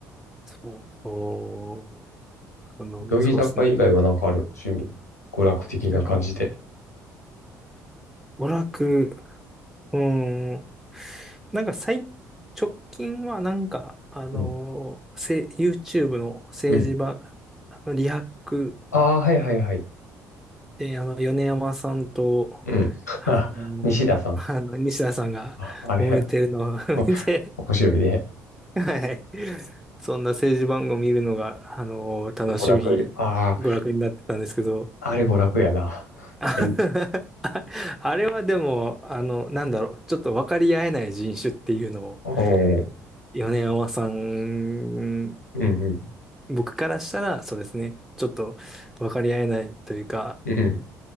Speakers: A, in the centre; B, on the left (about 85°).
A: そう。おー、その、
B: 乃木坂以外はなんかある趣味。
A: そうですね。
B: 娯楽的な感じで。
A: いとか、娯楽、うーん。なんか最、直近はなんか、あのー、
B: うん。
A: せ、YouTube の政治場、
B: うん。
A: あの、リハック
B: ああ、はいはいはい。
A: で、あの、米山さんと、
B: うん。<laughs>
A: あのー、
B: 西田さん。
A: あの、西田さんが揉めてるのを
B: あ、あれ、
A: <laughs>
B: <laughs>
A: 見て、
B: 面白いね。
A: はい。そんな政治番組見るのが、あのー、
B: 娯楽、
A: 楽しみ、
B: あ
A: 娯楽になってたんですけど、
B: あ、あれ娯楽やな。
A: <laughs> ああれはでも、
B: はい。
A: あの、なんだろう、ちょっと分かり合えない人種っていうのを、
B: うん。
A: 米山さん、
B: うんうん。
A: 僕からしたら、そうですね、ちょっと分かり合えないというか、
B: うん。